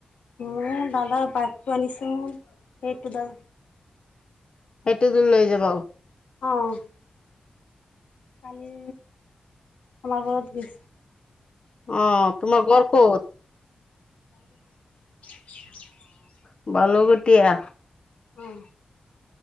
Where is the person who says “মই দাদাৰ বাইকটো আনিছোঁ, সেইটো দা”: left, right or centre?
Left